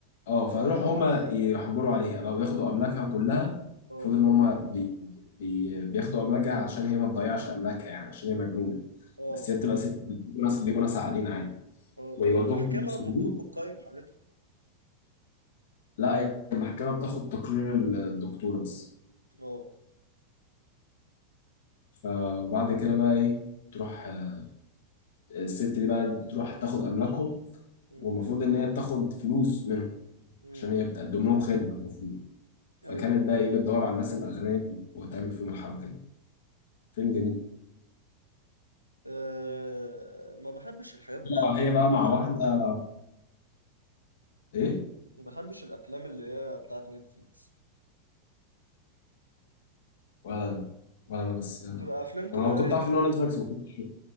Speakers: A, on the left (about 55°); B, on the left (about 80°).
A: اه فيروحوا هما يحجروا عليها بقى وياخدوا املاكها كلها
B: اه
A: المفروض ان هما بي... بي... بياخدوا املاكها عشان هي ما تضيعش املاكها يعني عشان هي مجنونه
B: اه
A: بس هي بتبقى ست بيبقوا ناس بيبقوا ناس عاقلين عادي
B: اه طب
A: ويودوهم
B: ما المحكمة
A: للمسجون
B: المفروض بتقيم حالته
A: لا هي المحكمه بتاخد تقرير الدكتوره بس
B: اه
A: فبعد كده بقى ايه تروح آه، الست دي بقى تروح تاخد املاكهم
B: امم
A: والمفروض ان هي بتاخد فلوس منهم
B: امم
A: عشان هي بتقدم لهم خدمه المفروض فكانت
B: ايوه
A: بقى ايه بتدور على الناس الاغنياء وتعمل فيهم الحركه دي فيلم جميل
B: أه ما بحبش الحاجات بتاعت
A: آه،
B: نتفليكس
A: هي بقى مع واحدة ايه
B: ما بحبش الافلام اللي هي بتاعت نتفليكس
A: ولا انا ولا انا بس
B: بتبقى
A: انا
B: افلام تجارية
A: لو كنت عارف ان هو نتفليكس ما كنتش